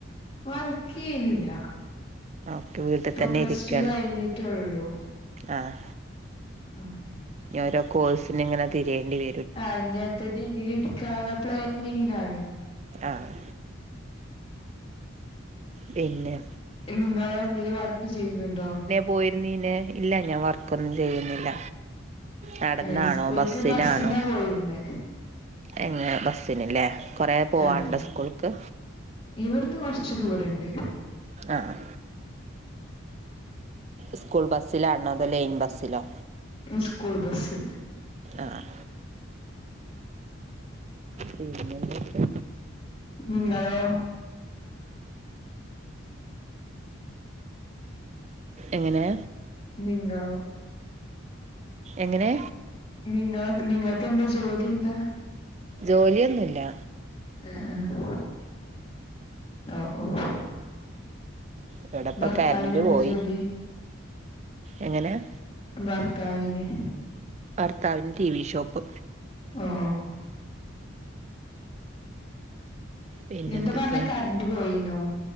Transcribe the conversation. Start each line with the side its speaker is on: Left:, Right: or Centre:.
Left: വർക്ക് ചെയ്യുന്നില്ല
Right: ഓക്കെ വീട്ടിൽ
Left: ഇപ്പൊ
Right: തന്നെ
Left: പ്ലസ്
Right: ഇരിക്കാണ്
Left: ടു കഴിഞ്ഞിട്ടെള്ളൂ
Right: ആഹ്
Left: ആഹ്
Right: ഓരോ കോഴ്സിന് ഇങ്ങനെ തിരേയേണ്ടി വരും
Left: ആഹ് ഇനി അടുത്ത ഡിഗ്രി എടുക്കാനുള്ള പ്ലാനിങ്ങിലാണ്
Right: ആഹ് പിന്നെ
Left: നിങ്ങളോ എന്തേലും വർക്ക് ചെയ്യുന്നുണ്ടോ?
Right: പോയിരുന്നിലേ. ഇല്ല ഞാൻ വർക്കൊന്നും ചെയ്യുന്നില്ല. നടന്നാണോ
Left: ഏഹ്, സ്കൂൾക്ക്
Right: ബസ്സിനാണോ
Left: ബസ്സിനാ പോയി പോയിരുന്നേ
Right: എങ്ങനെ, ബസ്സിന്ലെ കുറേ പോവാനുണ്ടോ
Left: അതെ
Right: സ്കൂൾക്ക്?
Left: ഇവിടുന്ന് കൊറച്ച് ദൂരോണ്ട്.
Right: ആഹ് സ്കൂൾ ബസ്സിലാണോ അതോ ലൈൻ ബസ്സിലോ
Left: സ്കൂൾ ബസ്
Right: ആഹ് പിന്നെന്തൊക്കെ
Left: നിങ്ങളോ?
Right: എങ്ങനെ?
Left: നിങ്ങളോ?
Right: എങ്ങനെ?
Left: നിങ്ങൾ നിങ്ങക്കെന്താ ജോലി എന്താ?
Right: ജോലിയൊന്നുമില്ല.
Left: ആഹ് ആഹ് ഓഹ് ഓഹ്
Right: ഇവിടിപ്പോ
Left: ഭർത്താവിന്
Right: കറന്റ്‌
Left: എന്താ
Right: പോയി,
Left: ജോലി
Right: എങ്ങനെയാ
Left: ഭർത്താവിന്
Right: ഭർത്താവിന് ടി വി ഷോപ്പ്.
Left: ഓഹ് ഓഹ്
Right: പിന്നെന്തൊക്കെ
Left: എന്താ പറഞ്ഞെ കറന്റ്‌ പോയിന്നോ?